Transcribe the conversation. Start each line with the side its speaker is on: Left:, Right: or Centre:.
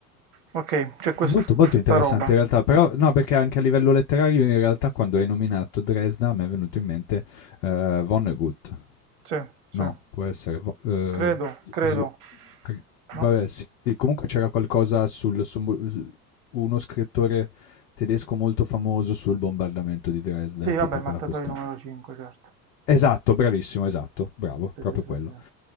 Right: Ok, c'è questa
Left: Molto, molto interessante
Right: roba.
Left: in realtà, però no, perché anche a livello letterario in realtà quando hai nominato Dresda mi è venuto in mente eh, Vonnegut.
Right: Sì, sì,
Left: No, può essere Vo- eh,
Right: credo, credo.
Left: Slo- Cri- Vabbè,
Right: No?
Left: sì, sì, comunque c'era qualcosa sul, su mo- uno scrittore tedesco molto famoso sul bombardamento di Dresda
Right: Sì,
Left: e
Right: vabbè,
Left: tutta
Right: il
Left: quella
Right: mattatoio
Left: questione.
Right: numero 5, certo.
Left: Esatto, bravissimo, esatto, bravo,
Right: Sì,
Left: proprio
Right: sì, sì,
Left: quello.
Right: sì.